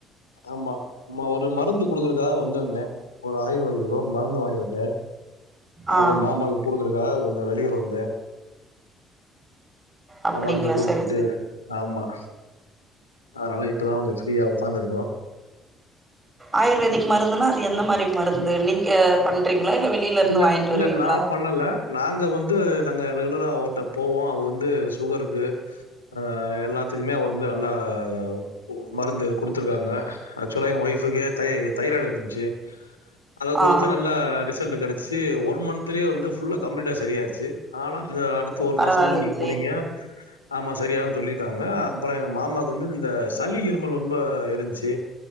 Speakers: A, on the left; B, on the right.
A: ஆமா சும்மா ஒரு மருந்து குடுக்கறக்காக வந்திருந்தே ஒரு ஆயுர்வேதிக்ல ஒரு மருந்து வாங்கிருந்தே
B: ஆ
A: அத மாமாக்கு குடுக்கருக்காக இந்த வெளியூர் வந்தே
B: அப்படிங்களா
A: ஆ வந்து குடுத்துட்டு
B: சரி சரி
A: ஆமா அதனால இப்ப தா கொஞ்ச ஃப்ரீயா ஒக்காந்துருக்கோ
B: ஆயுர்வேதிக் மருந்துன்னா அது எந்த மாரி மருந்து நீங்க பண்றீங்ளா இல்ல வெளிலருந்து
A: இல்ல,
B: வாய்ன்ட்டு
A: இல்ல
B: வருவீங்களா
A: நான் பண்ணல நாங்க வந்து நாங்க ரெகுலரா அவர்ட்ட போவோ அவரு வந்து சுகருக்கு ஆ எல்லாத்துக்குமே அவர் வந்து நல்லா ஓ மருந்து குடுத்துருக்காங்க ஆக்சுவலா எங்க ஒய்ஃபுக்கு தை தைராய்டு இருந்துச்சு அத
B: ஆ
A: குடுத்து நல்ல ரிசல்ட் கெடச்சு ஒரு மன்த்லே வந்து ஃபுல்லா கம்ப்ளீட்டா சரியாயிருச்சு ஆனா இந்த அடுத்த ஒரு
B: பரவாயில்லைங்களே
A: மாசோ மட்டு நீங்க குடிங்க ஆமா சரியாகுன் சொல்லிருக்காங்க அப்றோ எங்க மாமாக்கு வந்து இந்த சளி இருமல் ரொம்ப இருன்ச்சு